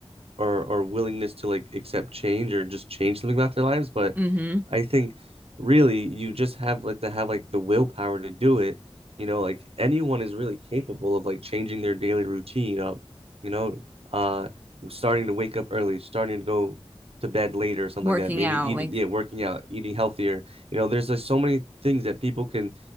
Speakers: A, on the right (about 70°); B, on the right (about 15°).
A: or or willingness to like accept change or just change something about their lives but
B: hmm
A: i think really you just have like to have like the willpower to do it you know like anyone is really capable of like changing their daily routine up you know uh starting to wake up early starting to go to bed later or something
B: Working
A: like that maybe
B: out,
A: eating
B: like,
A: yeah working out eating healthier you know there's like so many things that people can